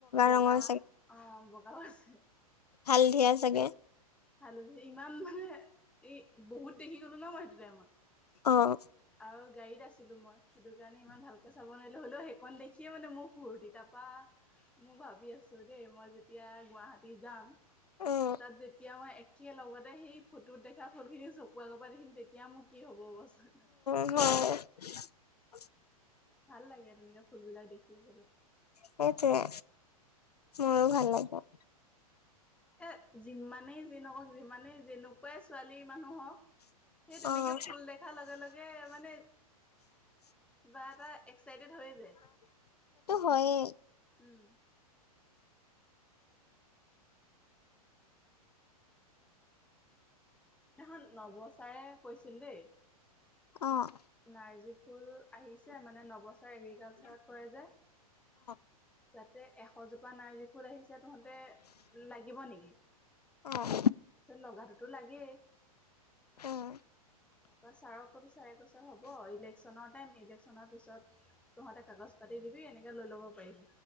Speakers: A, in the centre; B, on the left.
A: বগা
B: ৰঙৰ
A: অ' বগা <unintelligible> আছে।
B: হালধিয়া চাগে।
A: হালধি ইমান মানে, ই বহুত দেখি গলোঁ ন মই সেইটো টাইমত।
B: অ'।
A: আৰু গাড়ীত আছিলো মই সেইটো কাৰণ ইমান ভালকে চাব নোৱাৰিলো, হলোও সেই অকন দেখিয়ো মানে মোৰ ফূৰ্তি, তাৰপা মোৰ ভাবি আছো দেই মই যেতিয়া গুৱাহাটী যাম
B: উম,
A: তাত যেতিয়া মই একে লগতে সেই ফটোত দেখা ফুলখিনি চকু আগৰপৰা দেখিম তেতি এতিয়া মোৰ কি হ'ব বচোন।
B: অ'।
A: ভাল লাগে আৰু তেনেকে ফুলবিলাক দেখি
B: সেইটোৱে
A: <unintelligible>
B: মোৰো ভাল লাগে।
A: এ যিমানেই যিহঁওক যিমানেই যেনেকুৱাই ছোৱালী মানুহক, সেই তেনেকে
B: অ'।
A: ফুল দেখাৰ লগে লগে মানে কিবা এটা এক্সাইটেড হৈ যায়।
B: হয়ে।
A: উম দিনাখন নৱ ছাৰে কৈছিল দেই
B: অ',
A: নাৰ্জী ফুল আহিছে, মানে নৱ চাৰে এগ্ৰিকালচাৰত কৰে যে।
B: অ'।
A: যাতে এশজোপা নাৰ্জী ফুল আহিছে তহঁতে লাগিব নেকি?
B: অ',
A: তাৰছত লগাটোতো লাগেই।
B: উম,
A: মই ছাৰক কলো, ছাৰে কৈছে হ'ব ইলেকশ্যনৰ টাইম, ইলেকশ্যনৰ পিছত তহঁতে কাগজ পাতি দিবি এনেকে লৈ ল'ব পাৰিম।